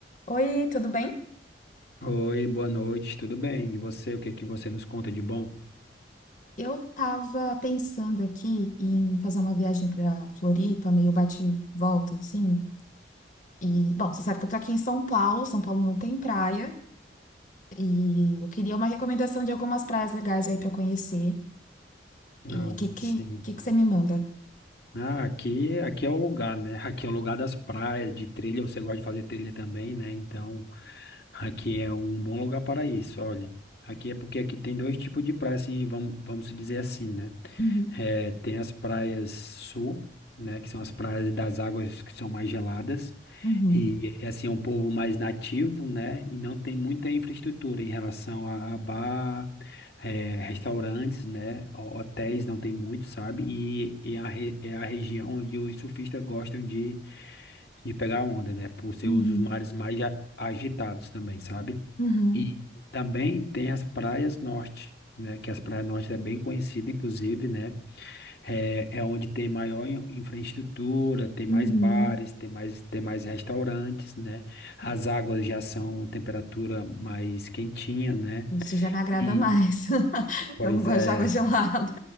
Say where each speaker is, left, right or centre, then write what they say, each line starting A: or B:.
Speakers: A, on the left (about 45°); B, on the left (about 60°).
A: Oi, tudo bem?
B: Oi, boa noite, tudo bem? E você, o que que você nos conta de bom?
A: Eu tava pensando aqui em fazer uma viagem pra Floripa, meio bate e volta, assim. E, bom, você sabe que eu tô aqui em São Paulo, São Paulo não tem praia, e eu queria uma recomendação de algumas praias legais aí pra conhecer.
B: Ah,
A: E o que, que,
B: sim.
A: que, que você me manda?
B: Ah, aqui, aqui é o lugar, né? <laughs> Aqui é o lugar das praias, de trilha. Você gosta de fazer trilha também, né? Então, aqui é um bom lugar para isso. Olha, aqui é porque aqui tem dois tipos de praia, assim, vamos, vamos se dizer assim, né?
A: Uhum,
B: Eh, tem as praias sul, né? Que são as praias das águas que são mais geladas.
A: uhum,
B: E, eh, assim, é um povo mais nativo, né? E não tem muita infraestrutura em relação a, a bar. é, restaurantes, né? ho- Hotéis não tem muito, sabe? E, e a re- é a região onde os surfistas gostam de, de pegar onda, né? Por ser
A: uhum,
B: os os mares mais a- agitados também, sabe?
A: uhum,
B: E também tem as praias norte, né? Que as praias norte é bem conhecida, inclusive, né? É, é onde tem maior in- infraestrutura, tem
A: uhum.
B: mais bares, tem mais, tem mais restaurantes, né? As águas já são temperatura mais quentinha, né?
A: Isso já me agrada
B: E,
A: mais. <laughs>
B: pois
A: Eu não gosto
B: é.
A: de água gelada.